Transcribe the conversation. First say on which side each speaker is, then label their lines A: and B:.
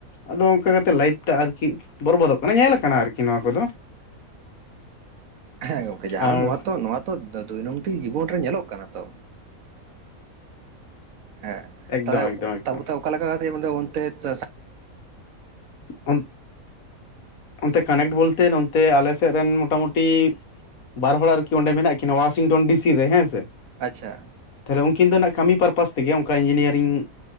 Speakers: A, on the left (about 75°); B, on the right (about 70°).
A: ᱟᱫᱚ ᱚᱱᱠᱟ ᱠᱟᱛᱮ ᱞᱟᱭᱤᱯᱷ ᱴᱟᱜ ᱟᱨᱠᱤ ᱵᱚᱨᱵᱚᱫᱚᱜ ᱠᱟᱱᱟ ᱧᱮᱞ ᱠᱟᱱᱟ ᱟᱨᱠᱤ ᱱᱚᱣᱟ ᱠᱚᱫᱚ
B: ᱦᱮᱸ ᱜᱚᱝᱠᱮ ᱡᱟᱦᱟ
A: ᱟᱨ
B: ᱱᱚᱣᱟ ᱛᱚ ᱱᱚᱣᱟ ᱛᱚ ᱫᱳᱭᱱᱳᱝᱛᱤ ᱡᱤᱵᱚᱱ ᱨᱮ ᱧᱮᱞᱚᱜ ᱠᱟᱱᱟ ᱛᱚ ᱦᱮᱸ
A: ᱮᱠᱫᱚᱢ
B: ᱛᱟᱭ
A: ᱮᱠᱫᱚᱢ ᱮᱠᱫᱚᱢ
B: ᱛᱟᱨᱯᱚᱨ ᱛᱚ ᱚᱠᱟ ᱞᱮᱠᱟ ᱢᱟᱱᱮ ᱚᱱᱛᱮ ᱛᱟ ᱥᱟᱜ
A: ᱚᱱᱛ ᱚᱱᱛᱮ ᱠᱟᱱᱮᱴ ᱵᱚᱞᱛᱮ ᱱᱚᱛᱮ ᱟᱞᱮ ᱥᱮᱫ ᱨᱮᱱ ᱢᱚᱴᱟᱢᱩᱴᱤ ᱵᱟᱨ ᱦᱚᱲ ᱟᱨᱠᱤ ᱚᱸᱰᱮ ᱢᱮᱱᱟᱜ ᱠᱤᱱᱟ ᱳᱣᱟᱥᱤᱝᱰᱚᱱ ᱰᱤᱥᱤ ᱨᱮ ᱦᱮᱸ ᱥᱮ
B: ᱟᱪᱪᱷᱟ
A: ᱛᱟᱦᱚᱞᱮ ᱩᱱᱠᱤᱱ ᱫᱚ ᱱᱟᱜ ᱠᱟᱹᱢᱤ ᱯᱟᱨᱯᱟᱥ ᱛᱮᱜᱮ ᱚᱱᱠᱟ ᱤᱧᱡᱤᱱᱤᱭᱟᱨᱤᱝ